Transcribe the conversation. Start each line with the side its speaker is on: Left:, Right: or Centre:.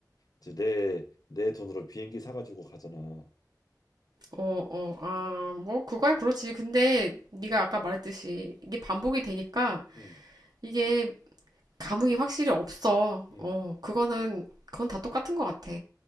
Left: 이제 내 내 돈으로 비행기 사가지고 가잖아.
Right: 어, 어, 아, 뭐 그거야 그렇지. 근데 네가 아까 말했듯이 이게 반복이 되니까
Left: 음,
Right: 이게 감흥이 확실히 없어.
Left: 음.
Right: 어, 그거는 그건 다 똑같은 것 같아.